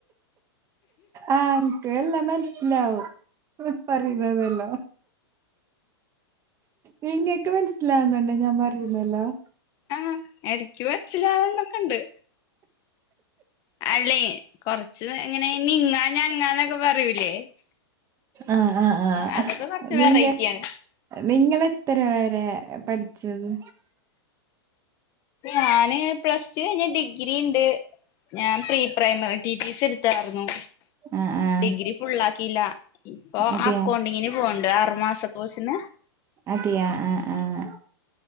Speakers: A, on the right; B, on the left.
A: ആ ൻക് എല്ലാ മൻസ് ലാവും പറയുന്നതെല്ലാം നിങ്ങക്ക് മൻസിലാവുന്നുണ്ട് ഞാൻ പറയുന്നേല്ലാം
B: ആഹ് എനിക്കു മൻസിലാവണക്ക ഇണ്ട് അല്ലേ കൊറച്ച് എങ്ങനെ നിങ്ങാനാ അനങ്ങാന്നൊക്ക പറയൂലേ
A: ആ ആ ആ
B: അതൊക്കെ കൊറച്ച്
A: നിങ്ങ
B: വെറൈറ്റിയാണ്
A: നിങ്ങളെ എത്ര വേരെ പഠിച്ചത്
B: ഞാന് പ്ലസ്ടു കഴിഞ്ഞ് ഡിഗ്രി ഇണ്ട് ഞാൻ പ്രീ പ്രൈമറി റ്റിറ്റിസിടു ത്താരുന്നു
A: ആഹ് ആഹ്
B: ഡിഗ്രി ഫുള്ളാക്കീല്ല ഇപ്പൊ
A: അതെയാ
B: അക്കൗണ്ടിങ്ങിന് പോവണ്ട് അറുമാസ കോസിന്
A: അതെയാ ആഹ് ആഹ്